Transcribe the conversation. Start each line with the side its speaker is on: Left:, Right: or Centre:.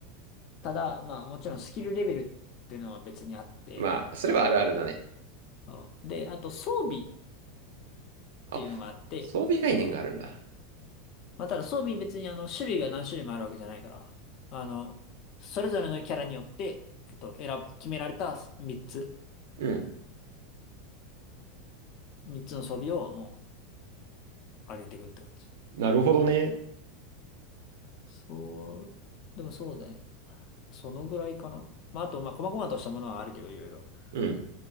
Left: ただ、まあもちろんスキルレベルっていうのは別にあって、
Right: まあ、それはあるあるだね。
Left: そうで、あと装備っ
Right: あ、
Left: ていうのがあって、
Right: 装備概念があるんだ。
Left: そうまあただ装備別にあの種類が何種類もあるわけじゃないから、あの、それぞれのキャラによって、えっと、選ぶ、決められた3つ、
Right: うん、
Left: 3つの装備をもう上げていくって感じ。
Right: なるほどね。
Left: そう、でもそうだね。そのぐらいかな。まああと、まあ細々としたものはあるけど、いろいろ。
Right: うん。